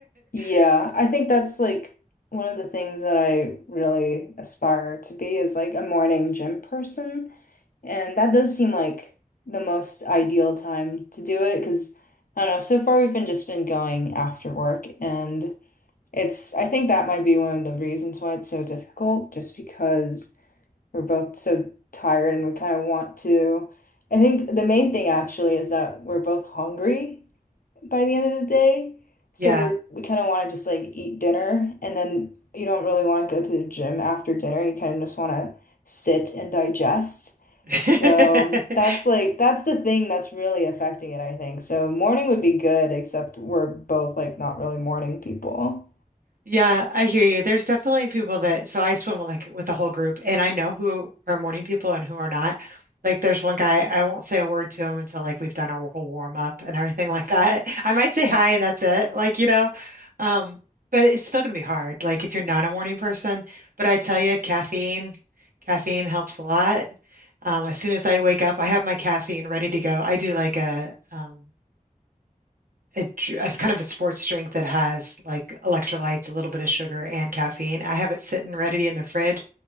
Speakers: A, on the left; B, on the right.
A: Yeah,
B: <laughs>
A: I think that's like one of the things that I really aspire to be is like a morning gym person. And that does seem like the most ideal time to do it because I don't know, so far we've been just been going after work and it's I think that might be one of the reasons why it's so difficult just because we're both so tired and we kind of want to. I think the main thing actually is that we're both hungry by the end of the day. So
B: Yeah.
A: we're we kind of want to just like eat dinner and then you don't really want to go to the gym after dinner. You kind of just want to sit and digest.
B: <laughs>
A: So that's like that's the thing that's really affecting it, I think. So morning would be good, except we're both like not really morning people.
B: Yeah, I hear you. There's definitely people that, so I swim like with a whole group and I know who are morning people and who are not. Like there's one guy, I won't say a word to him until like we've done our whole warm up and everything like that. <laughs> I might say hi and that's it. Like, you know, um, but it's still gonna be hard. Like if you're not a morning person, but I tell you, caffeine, caffeine helps a lot. Um, as soon as I wake up, I have my caffeine ready to go. I do like a um a, it's kind of a sports drink that has like electrolytes, a little bit of sugar, and caffeine. I have it sitting ready in the fridge.